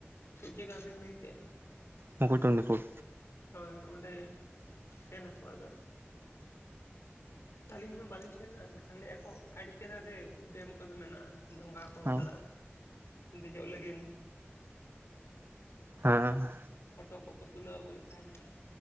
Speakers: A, on the left; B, on the right.
A: ᱪᱮᱫ ᱡᱟᱭᱜᱟ ᱵᱤᱱ ᱞᱟᱹᱭᱠᱮᱜᱼᱟ?
B: ᱢᱩᱠᱩᱴᱢᱚᱱᱤᱯᱩᱨ᱾
A: ᱦᱳᱭ ᱚᱸᱰᱮ ᱥᱮᱱ ᱟᱠᱚ ᱟᱫᱚ᱾ ᱟᱹᱞᱤᱧ ᱢᱟ ᱵᱟᱞᱤᱧ ᱥᱮᱱᱟ ᱮᱱᱠᱷᱟᱱ ᱞᱟᱹᱭᱮᱜᱼᱟ ᱠᱚ ᱟᱹᱰᱤ ᱪᱮᱦᱮᱨᱟᱜᱮ ᱰᱮᱢ ᱠᱚᱫᱚ ᱢᱮᱱᱟᱜᱼᱟ ᱰᱷᱚᱸᱜᱟ ᱠᱚ
B: ᱦᱮᱸ
A: ᱪᱟᱞᱟᱜᱼᱟ ᱫᱮᱡᱚᱜ ᱞᱟᱹᱜᱤᱱ᱾
B: ᱦᱮᱸᱻ
A: ᱯᱷᱚᱴᱚ ᱠᱚᱠᱚ ᱛᱩᱞᱟᱹᱣ ᱟᱜᱩ ᱞᱮᱫ ᱛᱟᱦᱮᱱᱟ